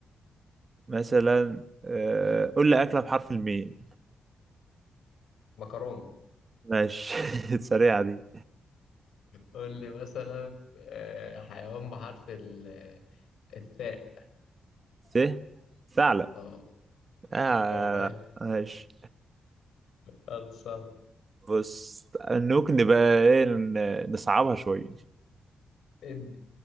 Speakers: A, on the right (about 25°); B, on the left (about 70°).
A: مثلا آه قول لي أكلة بحرف الميم
B: مكرونه
A: ماشي <laughs> سريعة دي
B: قول لي مثلا آه، حيوان بحرف ال- آه، الثاء
A: س ثعلب
B: اه
A: آه
B: ثعبان
A: ماشي
B: خلصان
A: بص ممكن نبقى ايه ن- نصعبها شوية
B: إد.